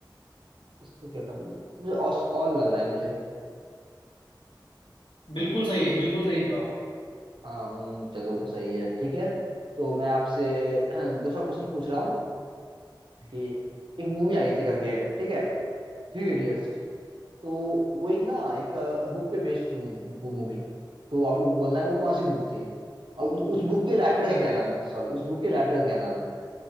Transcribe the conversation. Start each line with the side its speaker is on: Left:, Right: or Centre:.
Right: कुछ तो किया था मुझे ऑल लग रहा है मुझे
Left: बिल्कुल सही बिल्कुल सही जवाब
Right: हाँ हम्म, चलो सही है ठीक है तो मैं आपसे <clears throat> दूसरा क्वेश्चन पूछ रहा हूँ कि एक मूवी आई थी करके ठीक है थ्री इडियट्स तो वो एक ना एक बुक पे बेस्ड थी वो वो मूवी तो आपको बोलना है वो कौन सी बुक थी और उस बुक के राइटर
Left: ठीक
Right: का क्या
Left: है
Right: नाम है सॉरी उस बुक के राइटर का क्या नाम है